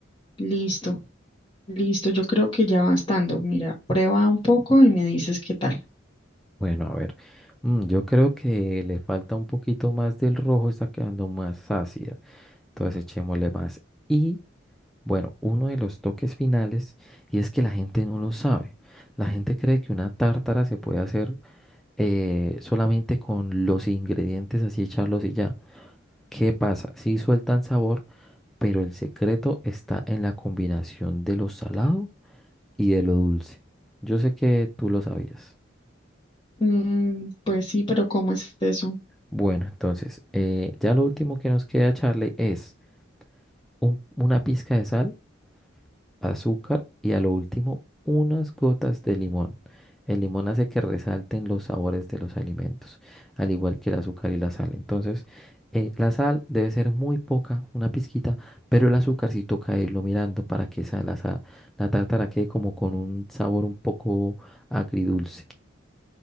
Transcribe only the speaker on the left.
listo, listo, yo creo que ya va estando. Mira, prueba un poco y me dices qué tal.
Mm, pues sí, pero ¿cómo es eso?